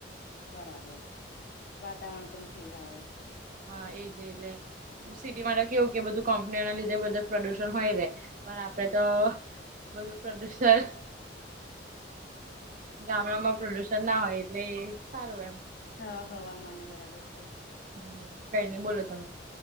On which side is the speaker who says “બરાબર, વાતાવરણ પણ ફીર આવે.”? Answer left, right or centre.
Left